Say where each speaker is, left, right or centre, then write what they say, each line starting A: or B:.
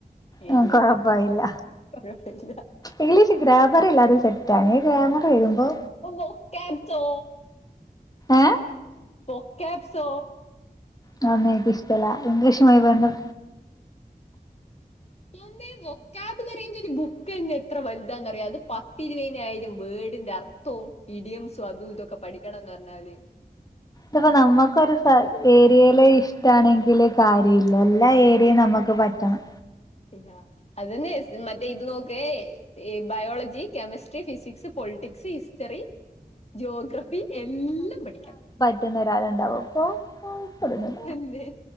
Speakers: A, on the left (about 40°); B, on the left (about 25°).
A: ഏതിലും
B: ഉം കൊഴപ്പയില്ല
A: പഠി <unintelligible>
B: ഇംഗ്ലീഷ് ഗ്രാമെറില്ലാതെ സെറ്റാണ് ഈ ഗ്രാമെറെഴ്ത്‌മ്പോ
A: അള്ളോക്ക്യാബ്ത്തോ
B: ഏഹ്
A: പാേക്ക്യാബ്സോ
B: അതൊന്നും എൻക്ക് ഇഷ്ടെല്ലാ ഇംഗ്ലീഷുമായി ബന്ത
A: എമ്മേ വൊക്കാബ്‌ലറീൻ്റൊരു ബുക്കെന്നെ എത്ര വൽതാന്നറ്യാേ അത് പത്തിര്പയ്നായിരം വേഡ്ന്റെ അർ ത്തോം ഇഡിയുംസും അതും ഇതൊക്കെ പഠിക്കണംന്ന് പർഞ്ഞാല്
B: ത്പ്പ നമ്മക്കൊരു സ ഏരിയേല് ഇഷ്ടാണെങ്കില് സാര ഇല്ല എല്ലാ ഏരിയേം നമ്മക്ക് പറ്റണം
A: ഇലാ അതെന്നെ സ് മറ്റെ ഇത് നോക്കേ ഈ biology chemistry physics politics history geography എല്ലം പഠിക്കാ
B: ട്ട്ന്നാെരാള്ണ്ടാവാെപ്പോ <unintelligible>
A: എന്തേ